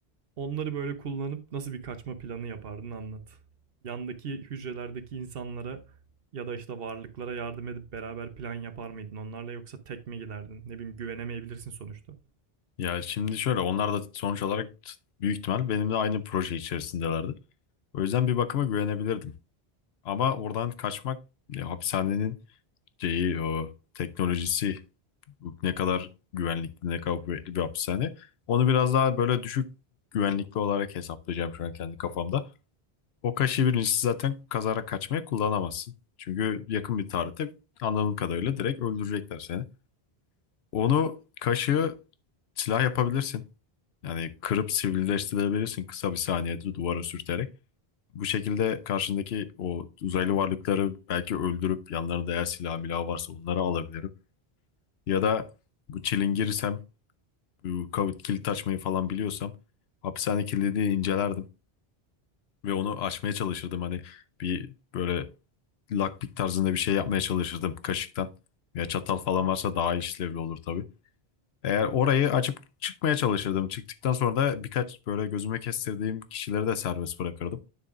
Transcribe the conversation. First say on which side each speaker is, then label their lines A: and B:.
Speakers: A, on the right; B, on the left.
A: Onları böyle kullanıp nasıl bir kaçma planı yapardın anlat. Yandaki hücrelerdeki insanlara ya da işte varlıklara yardım edip beraber plan yapar mıydın onlarla yoksa tek mi giderdin? Ne bileyim güvenemeyebilirsin sonuçta.
B: Ya şimdi şöyle onlar da sonuç olarak büyük ihtimal benimle aynı proje içerisindelerdi. O yüzden bir bakıma güvenebilirdim. Ama oradan kaçmak ya, hapishanenin şeyi, o teknolojisi ne kadar güvenlikli, ne kadar kuvvetli bir hapishane. Onu biraz daha böyle düşük güvenlikli olarak hesaplayacağım şu an kendi kafamda. O kaşığı birincisi zaten kazara kaçmaya kullanamazsın. Çünkü yakın bir tarihte anladığım kadarıyla direkt öldürecekler seni. Onu kaşığı silah yapabilirsin. Yani kırıp sivrileştirebilirsin kısa bir saniyede duvara sürterek. Bu şekilde karşındaki o uzaylı varlıkları belki öldürüp yanlarında eğer silah milah varsa onları alabilirim. Ya da bu çilingirirsem bu kav- kilit açmayı falan biliyorsam hapishane kilidini incelerdim ve onu açmaya çalışırdım. Hani bir böyle lockpick tarzında bir şey yapmaya çalışırdım kaşıktan. Ya çatal falan varsa daha işlevli olur tabii. Eğer orayı açıp çıkmaya çalışırdım. Çıktıktan sonra da birkaç böyle gözüme kestirdiğim kişileri de serbest bırakırdım.